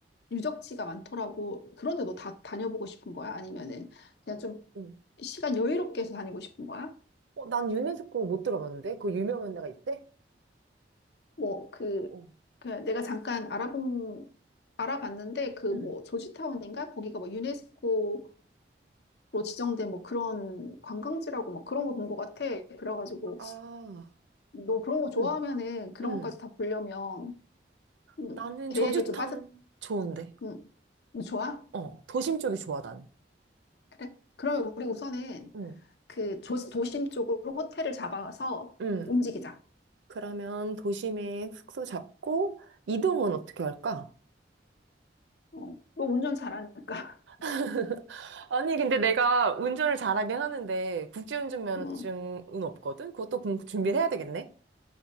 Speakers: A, on the left (about 65°); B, on the right (about 85°).
A: 유적지가 많더라고. 그런데 너 다 다녀보고 싶은 거야? 아니면은 그냥 좀
B: 응.
A: 시간 여유롭게 해서 다니고 싶은 거야?
B: 어, 난 유네스코 못 들어봤는데? 그 유명한 데가 있대?
A: 뭐, 그,
B: 어,
A: 그 내가 잠깐 알아본, 알아봤는데, 그 뭐,
B: 응.
A: 조지타운인가? 거기가 뭐, 유네스코로 지정된 뭐 그런 관광지라고 뭐 그런 걸 본 것 같아. 그래가지고,
B: 아,
A: 너 그런 거 좋아하면은
B: 어,
A: 그런
B: 응.
A: 것까지 다 보려면, 음,
B: 나는
A: 계획을
B: 조지타운
A: 좀 빠듯,
B: 좋은데.
A: 음, 좋아?
B: 어, 도심 쪽이 좋아, 나는.
A: 그래? 그러면 우리 우선은
B: 응.
A: 그 조, 도심 쪽으로 호텔을 잡아서
B: 응.
A: 움직이자.
B: 그러면 도심에 숙소 잡고 이동은 어떻게 할까?
A: 어, 너 운전 잘하니까.
B: <laughs> 아니, 근데 내가 운전을 잘하긴 하는데, 국제운전 면허증은
A: <laughs>
B: 없거든? 그것도 공- 준비를 해야 되겠네?